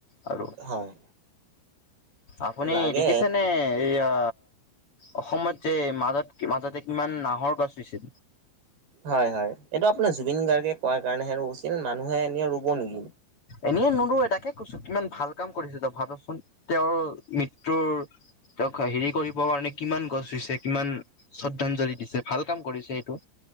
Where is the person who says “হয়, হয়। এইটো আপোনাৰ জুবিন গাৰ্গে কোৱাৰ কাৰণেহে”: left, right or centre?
Right